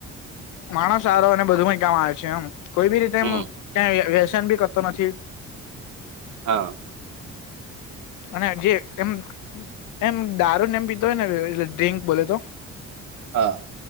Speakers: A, on the left; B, on the right.
A: માણસ સારો અને બધું કઈ કામ આવે છે એમ કોઈ બી રીતે
B: હમ
A: એમ ક્યા વ્યસન બી કરતો નથી
B: હા
A: અને જે એમ એમ દારૂ ને એમ પીતો હોય ને લે ડ્રિંક બોલે તો
B: હા